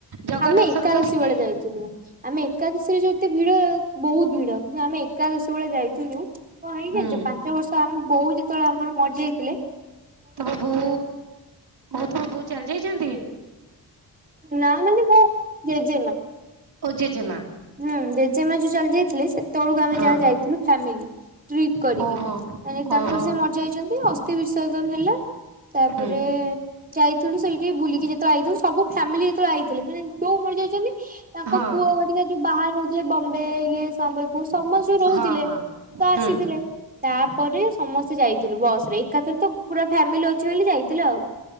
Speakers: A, on the right (about 70°); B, on the right (about 20°).
A: ଜଗା
B: ଆମେ
A: ଦର୍ଶନ
B: ଏକାଦଶୀ
A: କରିକି
B: ବେଳେ ଯାଇଥିଲୁ। ଆମେ ଏକାଦଶୀରେ ଯୋତେ ଭିଡ। ବହୁତ ଭିଡ କିନ୍ତୁ ଆମେ ଏକାଦଶୀ ବେଳେ ଯାଇଥିଲୁ। କଣ ହେଇଛି
A: ହୁଁ
B: ଜାଣିଛ ପାଞ୍ଚ ବର୍ଷ ଆମ ବୋଉ ଯେତେବେଳେ ଆମର ମରି ଯାଇଥିଲେ
A: ତମ ବୋଉ ଓଃ ତମ ବୋଉ ଚାଲି ଯାଇଛନ୍ତି?
B: ନା ମାନେ ମୋ ଜେଜେମାଆ।
A: ଓ ଜେଜେମାଆ?
B: ହୁଁ ଜେଜେମାଆ ଯୋଉ ଚାଲି ଯାଇଥିଲେ, ସେତେବେଳକୁ ଆମେ
A: ହଁ
B: ଯାହା ଯାଇଥିଲୁ ଫ୍ୟାମିଲି। ଟ୍ରିପ୍ କରିକି।
A: ଓହୋ
B: ମାନେ ତାଙ୍କର
A: ଓହୋ
B: ସିଏ ମରି ଯାଇଛନ୍ତି। ଅସ୍ଥି ବିସର୍ଜନ ହେଲା। ତାପରେ
A: ହୁଁ
B: ଯାଇଥିଲୁ ସେଇଠି ବୁଲିକି ଯେତେବେଳେ ଆଇଥିଲୁ। ସବୁ ଫ୍ୟାମିଲି ଯେତେବେଳେ ଆଇଥିଲେ ମାନେ ବୋଉ ମରି ଯାଇଛନ୍ତି। ତାଙ୍କ
A: ହଁ
B: ପୁଅ ଘରିକା ଯୋଉ ବାହାରେ ରହୁଥିଲେ ବମ୍ବେ ଇଏ ସମ୍ବଲପୁର ସମସ୍ ସ୍ତେ ରହୁଥିଲେ
A: ହଁ ହଁ
B: ତ
A: ହୁଁ
B: ଆସିଥିଲେ। ତାପରେ ସମସ୍ତେ ଯାଇଥିଲୁ ବସରେ। ଏକାଥରେ ତ ପୁରା ଫ୍ୟାମିଲି ଅଛୁ ବୋଲି ଯାଇଥିଲୁ ଆଉ।